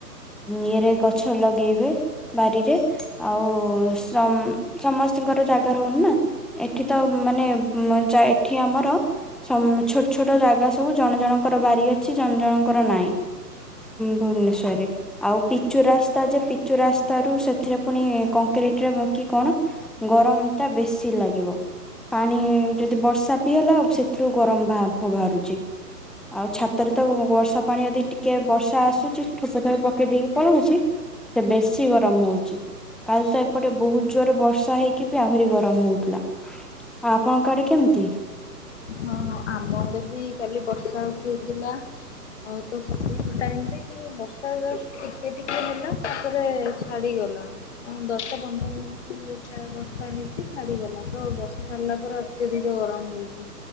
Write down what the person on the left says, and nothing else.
ହଁ ଆମ ଆଡେ ବି କାଲି ବର୍ଷା ଉଠେଇଥିଲା ଆ ତ ଟାଇ ରେ କିନ୍ତୁ ବର୍ଷା ଏ ଟିକିଏ ହେଲା ରେ ଛାଡିଗଲା ଦଶ ପନ୍ଦର ମିନିଟରେ ତିନି ଠାଏ ବର୍ଷା ହେଇଛି। ଛାଡ଼ିଗଲା ତ ବର୍ଷା ସାରିଲା ପରେ ଅତ୍ୟଧିକ ଗରମ ହଉଛି।